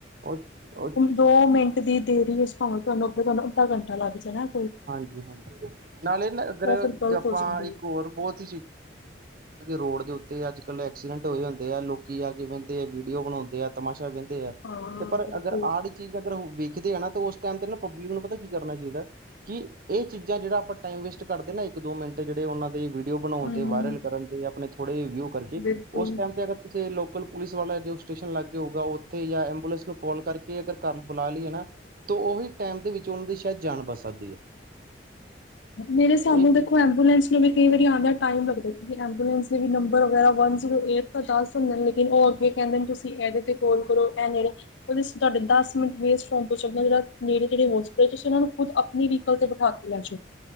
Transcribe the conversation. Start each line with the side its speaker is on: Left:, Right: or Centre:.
Right: ਉਹ
Left: ਦੋ ਮਿੰਟ ਦੀ ਦੇਰੀ ਇਸ ਭਾਵੇਂ ਤੁਹਾਨੂੰ ਅੱਗੇ ਤੁਹਾਨੂੰ ਅੱਧਾ ਘੰਟਾ ਲੱਗ ਜੇ ਨਾ-
Right: ਹਾਂਜੀ' ਹਾਂਜੀ, ਨਾਲੇ ਅਗਰ
Left: ਫਿਰ ਗ਼ਲਤ
Right: ਆਪਾਂ
Left: ਹੋ ਜਾਂਦੀ
Right: ਇੱਕ
Left: ਏ।
Right: ਹੋਰ ਬਹੁਤ! ਰੋਡ ਦੇ ਉੱਤੇ ਅੱਜਕੱਲ ਐਕਸੀਡੈਂਟ ਹੋਏ ਹੁੰਦੇ ਆ ਲੋਕੀ ਜਾ ਕੇ ਬਹਿੰਦੇ ਵੀਡੀਓ ਬਣਾਉਂਦੇ ਆ ਤਮਾਸ਼ਾ ਵਹਿੰਦੇ ਆ
Left: ਹਾਂ
Right: ਤੇ, ਪਰ
Left: ਬਿਲਕੁਲ।
Right: ਅਗਰ ਆ ਚੀਜ਼ ਅਗਰ ਵੇਖਦੇ ਆ ਨਾ ਤਾਂ ਉਸ ਟਾਈਮ ਤੇ ਨਾ ਪਬਲਿਕ ਨੂੰ ਪਤਾ ਕੀ ਕਰਨਾ ਚਾਹੀਦਾ ਕਿ ਇਹ ਚੀਜ਼ਾਂ ਜਿਹੜਾ ਆਪਾਂ ਟਾਈਮ ਵੇਸਟ ਕਰਦੇ ਨਾ ਇੱਕ ਦੋ ਮਿੰਟ ਜਿਹੜੇ ਉਹਨਾਂ- ਵੀਡੀਓ ਬਣਾਉਣ
Left: ਹੂੰ
Right: ਤੇ ਵਾਇਰਲ ਕਰਨ ਤੇ ਆਪਣੇ ਥੋੜੇ ਵਿੳ ਕਰਕੇ
Left: ਬਿਲਕੁਲ
Right: ਉਸ ਟਾਈਮ ਤੇ ਅਗਰ ਕਿਸੇ ਲੋਕਲ ਪੁਲਿਸ ਵਾਲਾ ਜੋ ਸਟੇਸ਼ਨ ਲਾਗੇ ਹੋਊਗਾ ਉੱਥੇ ਜਾਂ ਐਂਬੂਲੈਂਸ ਨੂੰ ਕਾਲ ਕਰਕੇ ਅਗਰ ਘਰ ਬੁਲਾ ਲਈਏ ਨਾ- ਤ ਉਹੀ ਟਾਈਮ ਦੇ ਵਿੱਚ ਉਹਨਾਂ ਦੀ ਸ਼ਾਇਦ ਜਾਣ ਬਚ ਸਕਦੀ ਹੈ!
Left: ਮੇਰੇ ਹਿਸਾਬ
Right: ਇਹ
Left: ਨਾਲ
Right: ਚੀਜ਼
Left: ਦੇਖੋ ਐਂਬੂਲੈਂਸ ਨੂੰ ਵੀ ਕਈ ਵਾਰੀ ਆਉਂਦਿਆਂ ਟਾਈਮ ਲੱਗਦਾ, ਕਿਉਕਿ ਐਂਬੂਲੈਂਸ ਦੇ ਨੰਬਰ ਵਗੈਰਾ ਵਨ ਜ਼ੀਰੋ ਏਟ ਤਾਂ ਦਸ ਨਈ ਲੇਕਿਨ, ਉਹ ਅੱਗੇ ਕਹਿੰਦੇ ਤੁਸੀਂ ਇਹਦੇ ਤੇ ਕੋਲ ਕਰੋ ਇਹ ਨੇੜੇ ਉਹਦੇ ਤੁਡੇ ਦਸ ਮਿੰਟ ਵੇਸਟ ਹੋਣ ਤੋਂ ਚੰਗਾ ਜ ਨੇੜੇ ਤੇੜੇ ਹਾਸਪਿਟਲ, ਤੁਸੀ ਉਹਨਾਂ ਨੂੰ ਖੁਦ ਆਪਣੀ ਵੀਕਲ ਤੇ ਬਿਠਾ ਕੇ ਲਹਜੋ